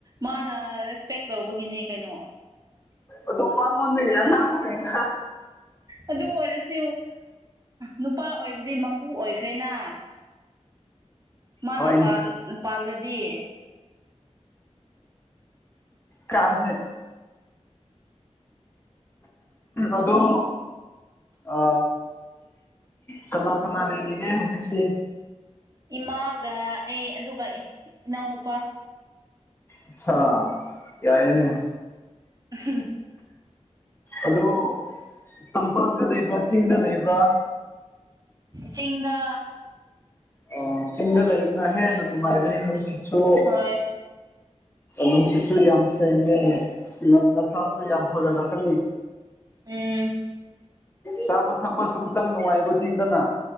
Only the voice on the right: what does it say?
ꯃꯥꯅ ꯔꯦꯁꯄꯦꯛ ꯇꯧꯕꯒꯤꯅꯦ ꯀꯩꯅꯣ
ꯑꯗꯨ ꯑꯣꯏꯔꯁꯨ ꯅꯨꯄꯥ ꯑꯣꯏꯕꯗꯤ ꯃꯄꯨ ꯑꯣꯏꯈ꯭ꯔꯦꯅ ꯃꯥꯅ
ꯄꯥꯟ ꯄꯥꯜꯂꯗꯤ
ꯏꯃꯥꯒ ꯑꯩ ꯑꯗꯨꯒ ꯏꯅꯥꯎꯅꯨꯄꯥ
<inaudible>
ꯆꯤꯡꯗ
ꯍꯣꯏ
ꯎꯝ